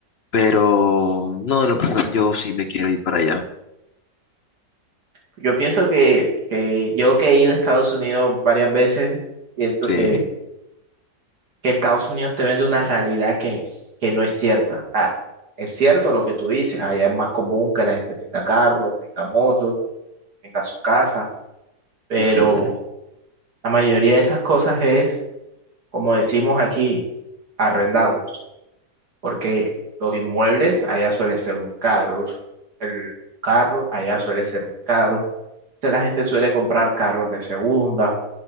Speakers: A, on the left; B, on the right.
A: pero no, en lo personal yo sí me quiero ir para allá,
B: Yo pienso que, que yo que he ido a Estados Unidos varias veces, siento
A: sí.
B: que que Estados Unidos te vende una realidad que, que no es cierta. Ah, es cierto lo que tú dices, allá es más común que la gente tenga carro, tenga moto, tenga su casa, pero
A: Ujú.
B: la mayoría de esas cosas es, como decimos aquí, arrendados, porque los inmuebles allá suelen ser muy caros, el carro allá suele ser muy caro, entonces la gente suele comprar carros de segunda